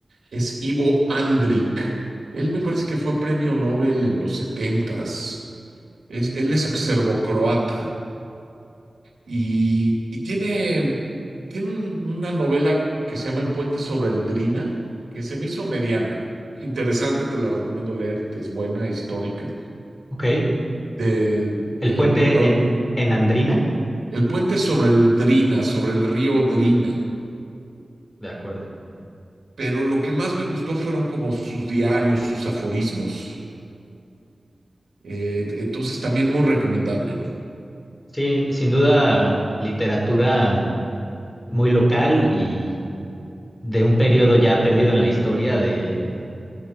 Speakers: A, on the right; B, on the left.
A: es Ivo Andrić. Él me parece que fue premio Nobel en los setentas. Es, él es serbocroata. Y, y tiene, tiene un- una novela que se llama El puente sobre el Drina, que se me hizo mediana. Interesante, te la recomiendo leer, es buena, histórica,
B: ok.
A: de-
B: El
A: del
B: puente
A: encuentro.
B: en, en Andrina,
A: El puente sobre el Drina, sobre el río Drina.
B: de acuerdo.
A: Pero lo que más me gustó fueron como sus diarios, sus aforismos. Eh, entonces también muy recomendable, ¿no?
B: Sin, sin duda, literatura muy local y de un periodo ya perdido en la historia de,